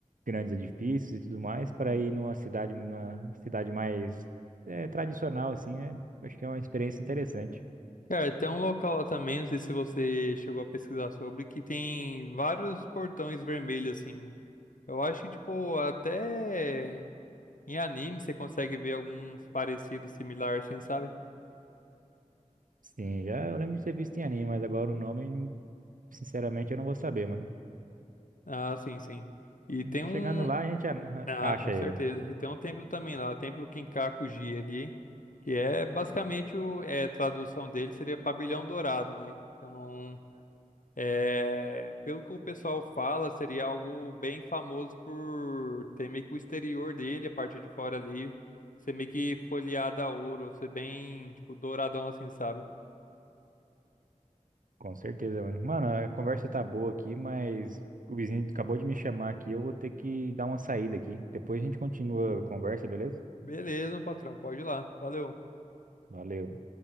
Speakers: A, on the right (about 80°); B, on the left (about 75°).
A: grandes edifícios e tudo mais, para ir numa cidade, numa cidade mais eh, tradicional, assim, né? Acho que é uma experiência interessante.
B: Cara, tem um local lá também, não sei se você chegou a pesquisar sobre, que tem vários portões vermelhos, assim. Eu acho que, tipo, até. Em anime, você consegue ver alguns parecidos, similares, assim, sabe?
A: Sim, já eu lembro de ter visto em anime, mas agora o nome, sinceramente, eu não vou saber, mano.
B: Ah, sim, sim. E tem um.
A: Chegando lá, a gente a-
B: Ah,
A: acha
B: com
A: ele.
B: certeza. E tem um templo também lá, o Templo Kinkaku-ji ali, que é basicamente o. É, a tradução dele seria Pavilhão Dourado, né? Então, é, pelo que o pessoal fala, seria algo bem famoso por ter meio que o exterior dele, a parte de fora ali, ser meio que folheada a ouro, ser bem, tipo, douradão assim, sabe?
A: Com certeza, mano. Mano, a conversa tá boa aqui, mas o vizinho acabou de me chamar aqui. Eu vou ter que dar uma saída aqui. Depois a gente continua a conversa, beleza?
B: Beleza, meu patrão, pode ir lá. Valeu.
A: Valeu.